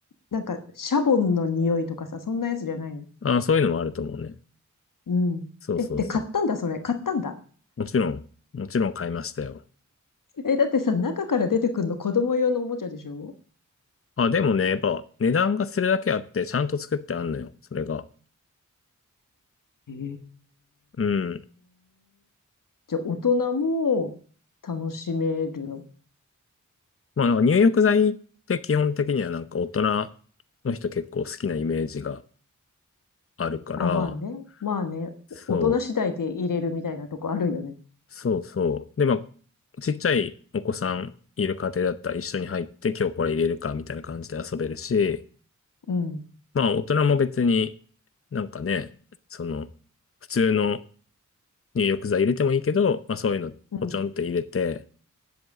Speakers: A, on the left (about 85°); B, on the left (about 45°).
A: なんか、シャボンの匂いとかさ、そんなやつじゃないの
B: ああ、そういうのもあると思うね。
A: うん。
B: そうそうそ
A: え、で、買ったんだ、それ。買ったんだ。
B: う。もちろん、もちろん買いましたよ。
A: え、だってさ、中から出てくるの子供用のおもちゃでしょ
B: あ、でもね、やっぱ、値段がするだけあって、ちゃんと作ってあんのよ、それが。
A: へえ。
B: うん。
A: じゃあ、大人も楽しめるの。
B: まあ、なんか入浴剤って基本的にはなんか大人の人結構好きなイメージがあるから、
A: あ、まあね。まあね。
B: そう。
A: 大人次第で入れるみたいなとこあるよね。
B: そうそう。で、まあ、ちっちゃいお子さんいる家庭だったら一緒に入って今日これ入れるかみたいな感じで遊べるし、
A: うん。
B: まあ大人も別になんかね、その普通の入浴剤入れてもいいけど、まあそういうのポチョンって入れて、
A: うん。